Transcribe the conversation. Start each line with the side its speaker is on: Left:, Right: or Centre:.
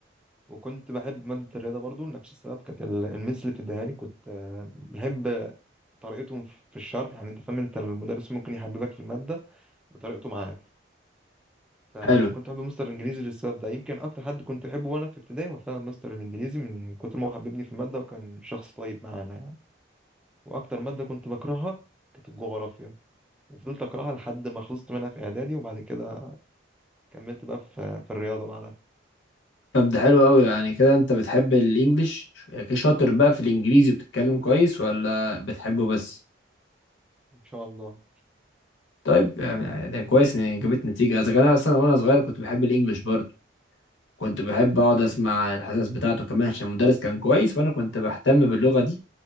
Centre: وكنت بحب مادة الرياضة برضو لنفس السبب كانت ال- المس اللي بتديها لي كنت آه بحب طريقتهم في في الشرح يعني أنت فاهم أنت المدرس ممكن يحببك في المادة بطريقته معاك فكنت
Left: حلو
Centre: بحب مستر الإنجليزي للسبب ده يمكن أكتر حد كنت أحبه وأنا في ابتدائي هو فعلا مستر الإنجليزي من كتر ما هو حببني في المادة وكان شخص طيب معانا يعني وأكتر مادة كنت بكرهها كانت الجغرافيا وفضلت أكرهها لحد ما خلصت منها في إعدادي وبعد كده كملت بقى في في الرياضة بعدها
Left: طب ده حلو قوي يعني كده انت بتحب الانجليش شاطر بقى في الانجليزي بتتكلم كويس ولا بتحبه بس
Centre: ان شاء الله
Left: طيب يعني ده كويس ان جابت نتيجه اذا كان أنا اصلا وانا صغير كنت بحب الانجليش برضه كنت بحب اقعد اسمع الحصص بتاعته كمان عشان المدرس كان كويس وانا كنت بهتم باللغه دي